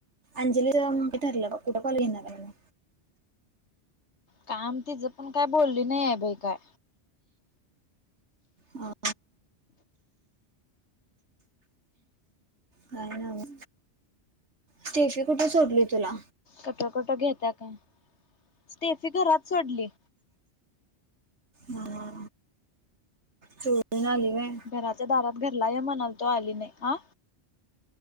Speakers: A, on the right; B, on the left.
A: अंजली का कुठे ठरलं म कुठे कॉल घेणार आहे म?
B: काम तिचं पण काय बोलली नाही आहे बाई काय.
A: हा. काय न्हव स्टेफी कुठे सोडली तुला?
B: कटो कटो घता्या का स्टेफी घरात सोडली.
A: हा सोडून आली व्हय.
B: घराच्या दारात घरला ये म्हणाल तो आली नाही आ.